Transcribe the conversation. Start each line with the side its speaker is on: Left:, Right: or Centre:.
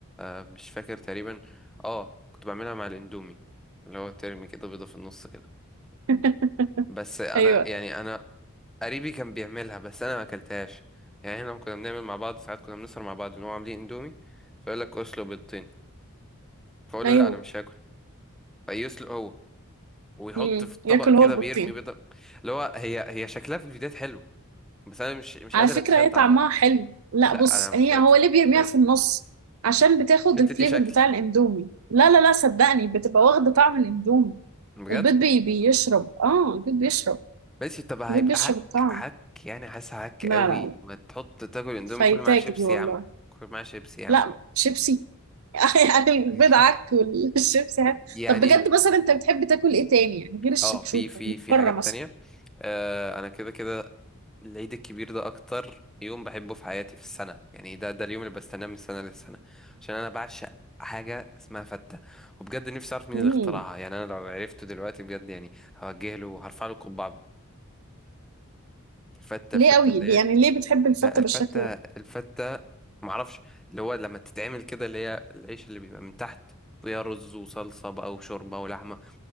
Centre: آه، مش فاكر تقريبا اه كنت بعملها مع الاندومي اللي هو ترمي كده بيضة في النص كده
Right: <laughs>
Centre: بس انا
Right: ايوه
Centre: يعني انا قريبي كان بيعملها بس انا ما اكلتهاش يعني احنا لما كنا بنعمل مع بعض ساعات كنا بنسهر مع بعض ان هو عاملين اندومي فيقول لك اسلق بيضتين فاقول
Right: ايوه
Centre: له لا انا مش هاكل فيسلق هو ويحط
Right: امم
Centre: في الطبق
Right: ياكل
Centre: كده
Right: هو البطين
Centre: بيرمي بيضة اللي هو هي هي شكلها في الفيديوهات حلو بس انا مش مش
Right: على
Centre: قادر
Right: فكره
Centre: اتخيل
Right: هي
Centre: طعمها
Right: طعمها حلو لا
Centre: لا
Right: بص
Centre: انا مش
Right: هي
Centre: قادر
Right: هو ليه بيرميها
Centre: مش قادر
Right: في النص عشان بتاخد
Centre: عشان
Right: الفليفر
Centre: تدي شكل
Right: بتاع الاندومي لا لا لا صدقني بتبقى واخده طعم الاندومي
Centre: بجد.
Right: البيض بي بيشرب اه البيض بيشرب
Centre: ماشي طب هيبقى
Right: البيض بيشرب
Centre: هك
Right: الطعم
Centre: هك يعني حاسس هك
Right: لا
Centre: قوي
Right: لا لا
Centre: ما تحط تاكل اندومي
Right: فايتاك
Centre: كل معاه شيبسي
Right: دي والله
Centre: يا عم كل معاه شيبسي يا
Right: لا
Centre: عم
Right: شيبسي <laughs> يعني
Centre: <laughs>
Right: البيض عك والشيبسي عك.
Centre: يعني
Right: طب بجد مثلا انت بتحب تاكل ايه تاني يعني غير الشكشوكه
Centre: اه في في
Right: من
Centre: في
Right: بره
Centre: حاجات
Right: مثلا
Centre: تانية آه انا كده كده العيد الكبير ده اكتر يوم بحبه في حياتي في السنة يعني ده ده اليوم اللي بستناه من سنة للسنة عشان انا بعشق حاجة اسمها فتة وبجد نفسي اعرف مين
Right: امم
Centre: اللي اخترعها يعني انا لو عرفته دلوقتي بجد يعني هوجه له وهرفع له قبعة فتة
Right: ليه
Centre: فتة
Right: قوي
Centre: اللي
Right: ليه-
Centre: هي
Right: يعني ليه بتحب الفته
Centre: لا الفتة
Right: بالشكل ده
Centre: الفتة معرفش اللي هو لما تتعمل كده اللي هي العيش اللي بيبقى من تحت فيها رز وصلصة بقى وشوربة ولحمة